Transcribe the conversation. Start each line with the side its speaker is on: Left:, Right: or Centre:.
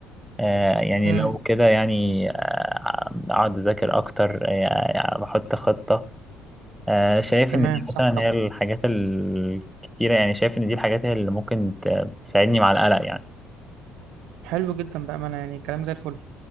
Centre: آه، يعني
Right: امم
Centre: لو كده يعني آه، اقعد اذاكر اكتر آه، يعني بحط خطه آه، شايف
Right: تمام
Centre: ان دي
Right: صح
Centre: مثلا
Right: طبعا
Centre: هي الحاجات الكتيره يعني شايف ان دي الحاجات هي اللي ممكن ت- تساعدني مع القلق يعني
Right: حلو جدا بقى ما انا يعني كلام زي الفل